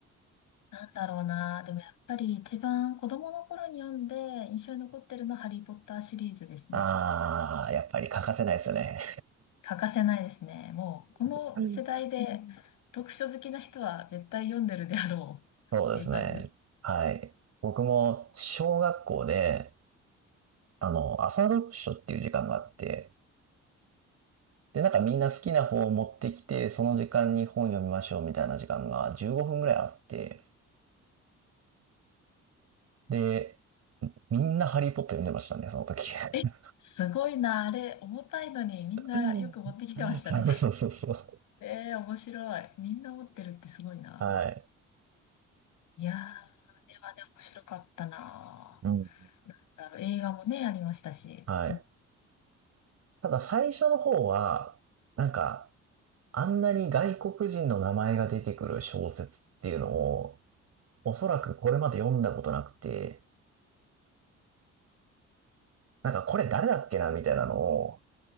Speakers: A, on the left (about 80°); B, on the right (about 55°).
A: なんだろうな。でもやっぱり一番子供の頃に読んで印象に残ってるのはハリー・ポッターシリーズですね。
B: ああー、やっぱり欠かせないですよね。
A: 欠かせないですね。もうこの世代うでうん読書好きな人は絶対読んでるであろうっていう感じです。
B: はい。そうですね。はい。僕も小学校で、あの、朝読書っていう時間があって、で、なんかみんな好きな本を持ってきて、その時間に本読みましょうみたいな時間が15分ぐらいあって、で、みんなハリーポッター読んでましたね、その時。<laughs>
A: え、すごいな、あれ、重たいのにみんなよく持ってきてましたね。
B: うん。<laughs> そうそうそうそう。
A: <laughs> えー、面白い。みんな持ってるってすごいな。
B: はい。
A: いやー、あれはね、面白かったな。
B: うん。
A: だろう、映画もね、ありましたし。
B: はい。
A: うん、
B: ただ最初の方は、なんか、あんなに外国人の名前が出てくる小説っていうのを、おそらくこれまで読んだことなくて、なんかこれ誰だっけなみたいなのを、